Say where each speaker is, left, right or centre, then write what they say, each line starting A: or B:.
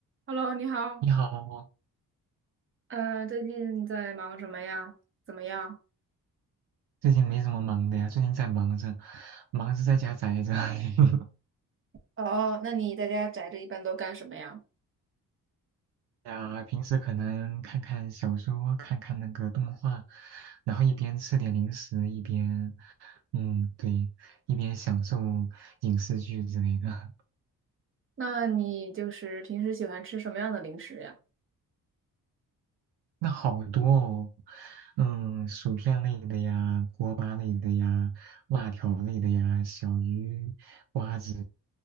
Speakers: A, on the right; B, on the right.
A: Hello，你好，
B: 你好，
A: 呃，最近在忙什么呀？怎么样？
B: 最近没什么忙的呀，最近在忙着，忙着在家宅着。<laughs>
A: 哦，那你在家宅着一般都干什么呀？
B: 呀，平时可能看看小说，看看那个动画，然后一边吃点零食，一边，嗯，对，一边享受影视剧之类的。
A: 那你就是平时喜欢吃什么样的零食呀？
B: 那好多哦，嗯，薯片类的呀，锅巴类的呀，辣条类的呀，小鱼、瓜子，